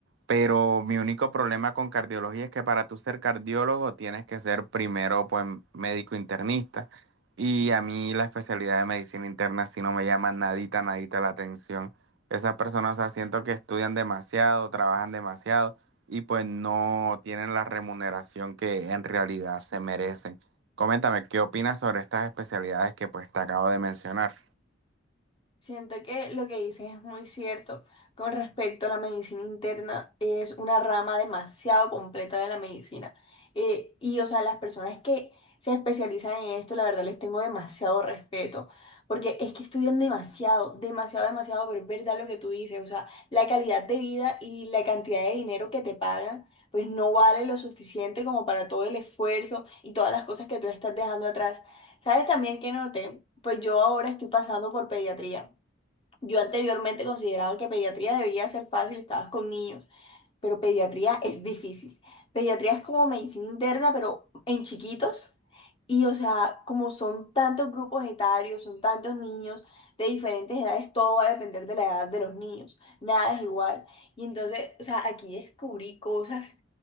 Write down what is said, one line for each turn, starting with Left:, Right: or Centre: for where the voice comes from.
Right: Pero mi único problema con cardiología es que para tú ser cardiólogo tienes que ser primero pues médico internista. Y a mí la especialidad de medicina interna sí no me llama nadita, nadita la atención. Esas personas, o sea, siento que estudian demasiado, trabajan demasiado y pues no tienen la remuneración que en realidad se merecen. Coméntame, ¿qué opinas sobre estas especialidades que pues te acabo de mencionar?
Left: Siento que lo que dices es muy cierto con respecto a la medicina interna, es una rama demasiado completa de la medicina. Eh, y, o sea, las personas que se especializan en esto, la verdad les tengo demasiado respeto, porque es que estudian demasiado, demasiado, demasiado, pero es verdad lo que tú dices, o sea, la calidad de vida y la cantidad de dinero que te pagan, pues no vale lo suficiente como para todo el esfuerzo y todas las cosas que tú estás dejando atrás. ¿Sabes también que noté? Pues yo ahora estoy pasando por pediatría. Yo anteriormente consideraba que pediatría debía ser fácil, estabas con niños, pero pediatría es difícil. Pediatría es como medicina interna, pero en chiquitos. Y o sea, como son tantos grupos etarios, son tantos niños de diferentes edades, todo va a depender de la edad de los niños. Nada es igual. Y entonces, o sea, aquí descubrí cosas